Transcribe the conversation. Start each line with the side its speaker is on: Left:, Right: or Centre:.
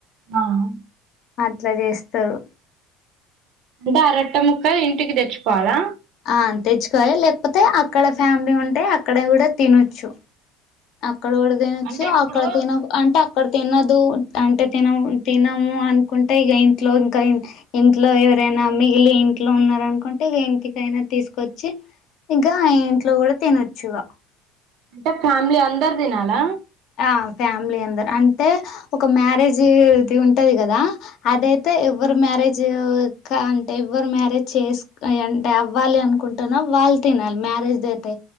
Right: అవును
Left: అట్ల చేస్తరు
Right: అంటే ఆ రొట్టె ముక్క ఇంటికి తెచ్చుకోవాలా
Left: అ తెచ్చుకోవాలి లేకపోతే అక్కడ ఫ్యామిలీ ఉంటే అక్కడ కూడ తినొచ్చు అక్కడ కూడ తినొచ్చు
Right: అంటే ఇప్పుడు
Left: అక్కడ తిన అంటే అక్ అక్కడ తినదు అంటే తిన తినము అనుకుంటే ఇగ ఇంట్లో ఇంక ఇంట్లో ఎవరైనా మిగిలి ఇంట్లో ఉన్నారనుకుంటే ఇగ ఇంటికైనా తీసుకొచ్చి ఇంక ఆ ఇంట్లో కూడా తినొచ్చుగా
Right: అంటే ఫ్యామిలీ అందరు తినాలా
Left: ఆ ఫ్యామిలీ అందరు అంటే ఒక మ్యారేజ్ ది ఉంటది కదా అదేయితేఎవరు మ్యారేజ్ ఊ కా అంటే ఎవ్వరు మ్యారేజ్ చేసు అంటే అవ్వాలి అనుకుంటుననో వాళ్ళు తినాలి మ మ్యారేజ్ది అయితే